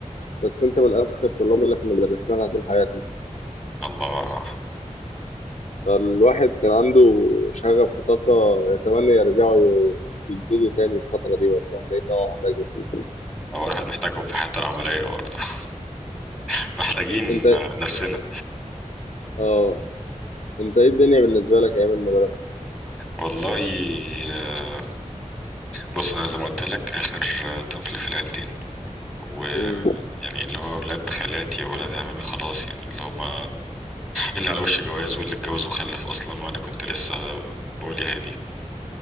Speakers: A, on the left; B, in the centre.
A: بس انت من اذكى الطلاب اللي احنا درسنا لها طول حياتنا
B: الله
A: فالواحد كان عنده شغف وطاقة يتمنى يرجعوا يجددوا تاني الفترة دي والله لأنه هو محتاج وقت.
B: هو الواحد محتاجهم في حياته العملية برضه <laughs> محتاجين
A: انت
B: نفسنا
A: اه انت ايه الدنيا بالنسبة لك ايام المدرسة؟
B: والله آه، بص أنا زي ما قلت لك آخر آه، طفل في العيلتين و
A: مم.
B: يعني اللي هو ولاد خالاتي وولاد عمامي خلاص يعني اللي هما اللي على وش جواز واللي اتجوز وخلف أصلا وأنا كنت لسه بقولي هادي